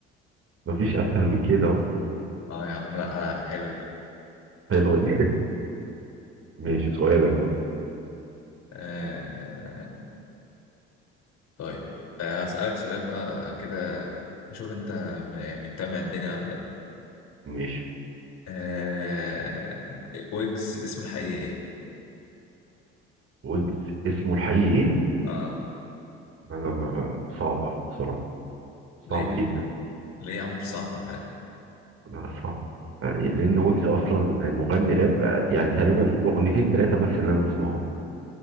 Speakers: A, on the right; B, on the left.
A: <laughs> مفيش اسهل من كده اهو
B: اه يا عم لا آه حلوة دي
A: حلو دي <laughs> ماشي سؤالك بقى
B: آه آه، طيب آه هسألك سؤال بقى كده أشوف أنت م- يعني متابع الدنيا ولا لأ
A: ماشي
B: آه ويجز اسمه الحقيقي إيه؟
A: ويجز اسمه الحقيقي ايه
B: اه
A: انا ما صعب قوي بصراحة صعب
B: ليه
A: جدا
B: ليه يا عم مش صعب ولا حاجة
A: لا صعب آه، لان ويجز اصلا مغني راب آه، يعني تقريبا اغنيتين ثلاثة بس اللي انا بسمعهم